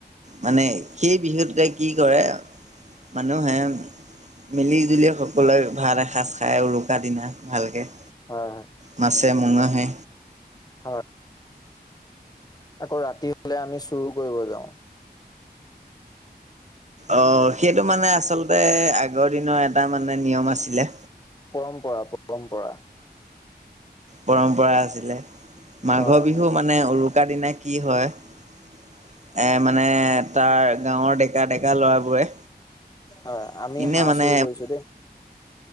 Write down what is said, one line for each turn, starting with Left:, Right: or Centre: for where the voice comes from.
Right: মানে সেই বিহুটোতে কি কৰে মানুহে মিলি জুলি সকলোৱে ভাত এসাঁজ খাই উৰুকাৰ দিনা ভালকে।
Left: হয় হয়।
Right: মাছে, মঙেহে।
Left: হয়। আকৌ ৰাতি হ'লে আমি চুৰ কৰিব যাওঁ।
Right: অ' সেইটো মানে আচলতে আগৰ দিনৰ এটা মানে নিয়ম আছিলে।
Left: পৰম্পৰা, পৰম্পৰা।
Right: পৰম্পৰাই আছিলে। মাঘৰ
Left: হয়
Right: বিহু
Left: হয়
Right: মা নে উৰুকা দিনা কি হয় এ, মানে তাৰ গাঁৱৰ ডেকা ডেকা ল'ৰাবোৰে
Left: হয় আমি
Right: এনে
Left: হাঁহ
Right: মানে
Left: চুৰ কৰিছো দেই।